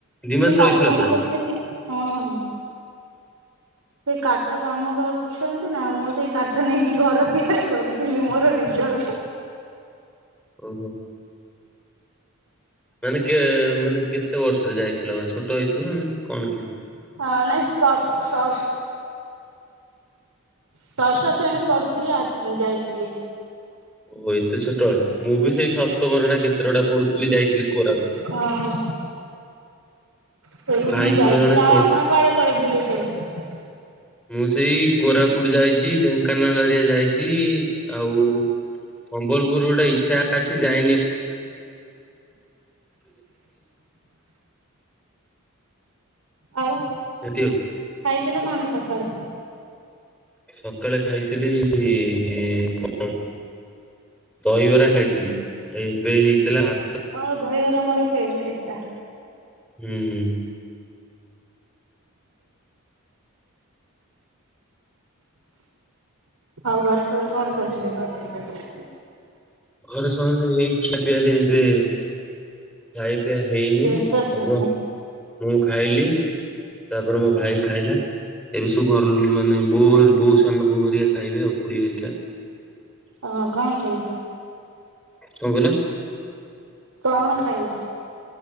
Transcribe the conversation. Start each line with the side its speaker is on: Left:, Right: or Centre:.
Centre: ଦି ମାସ
Right: ସେ
Centre: ରହିଥିଲ
Right: କାଠ କାମ
Centre: ପୁରା
Right: କରୁଥିଲେ ହଁ। ସେ କାଠ କାମ କରୁଛନ୍ତି ନା ମୁଁ ସେଇ କାଠ ନେଇକି ଘର ତିଆରି କରୁଥିଲି ମୋର ନିଜର।
Centre: ଓହୋ। ମାନେ କେ ମାନେ କେତେ ବର୍ଷରେ ଯାଇଥିଲା ଛୋଟ ହେଇଥିଲା ନା କଣ କି?
Right: ହଁ ନାଇ ସଫ୍ଟ ସଫ୍ ଷଷ୍ଠ ଶ୍ରେଣୀ ପଢ଼ୁଥିଲି ଆ ଯାଇଥିଲି।
Centre: ଓ ଏତେ ଛୋଟବେଳେ ମୁଁ ବି ସେଇ ସପ୍ତମରେ ନା କେତେ ବଡା ପଢୁଥିଲି ଯାଇଥିଲି କୋରାପ
Right: ହଁ। ସେଇ
Centre: ଭାଇଙ୍କର
Right: ମୁଁ ଯାଇଥିଲି
Centre: ଜଣେ ଷୋଳ
Right: ଆଉ ଆପଣ କୁଆଡେ କୁଆଡେ ବୁଲୁଛନ୍ତି?
Centre: ମୁଁ ସେଇ କୋରାପୁଟ ଯାଇଛି ଢେଙ୍କାନାଳ ହେରିଆ ଯାଇଛି ଆଉ ସମ୍ବଲପୁରରୁ ଗୋଟେ ଇଚ୍ଛା ଅଛି ଯାଇନି ଏପ
Right: ଆଉ
Centre: ଏମତି ଆଉ
Right: ଖାଇଥିଲେ କଣ ସକାଳେ?
Centre: ସକାଳେ ଖାଇଥିଲି କଣ? ଦହିବରା ଖାଇଥିଲି ଏବେ ହେଇଥିଲା ହା
Right: ଓ ଦହିବାର ମୋର ଫେବରେଟଟା।
Centre: ହୁଁ ହୁଁ।
Right: ଆଉ ଘରେ ସବୁ କଣ କରୁଛନ୍ତି?
Centre: ଘରେ ସମସ୍ତେ ଏଇ ଖିଆ ପିଆରେ ଏବେ ଖାଇ ପିଇବା ହେଇନି
Right: ବ୍ୟସ୍ତ ଅଛନ୍ତି
Centre: ହବ ମୁଁ ଖାଇଲି ତାପରେ ମୋ ଭାଇ ଖାଇଲା ଏବେ ସବୁ ଘର ମାନେ ବୋଉ ବୋଉ ସାନ ବୋଉ ହରିକା ଖାଇବେ ଆଉ ଖୁଡି ହେରିକା।
Right: ହଁ କଣ ଖାଇଲ?
Centre: କଣ କହିଲ
Right: କଣ ଖାଇଲେ?